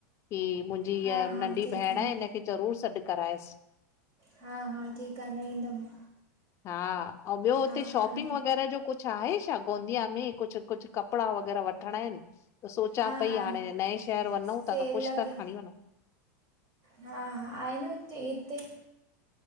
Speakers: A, on the left (about 30°); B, on the right (about 40°).
A: की मुंहिंजी हीअ
B: हा हा
A: नंढी
B: ठीकु
A: भेण
B: न।
A: आहे हिनखे ज़रूर सॾु करायसि।
B: हा हा ठीकु आ न ईंदमि।
A: हा, अऊं ॿियो हुते
B: हा
A: शॉपिंग
B: अन
A: वग़ैरह जो कुझु आहे छा गोंदिया में कुझु कुझु कपिड़ा वग़ैरह वठिणा आहिनि। त सोचां
B: हा
A: पई
B: हा
A: हाणे नहे शहर वनञूं
B: सेल
A: था त कुझु
B: लॻे
A: त खणी वन्नु।
B: हा, हा, आहे न ते हिते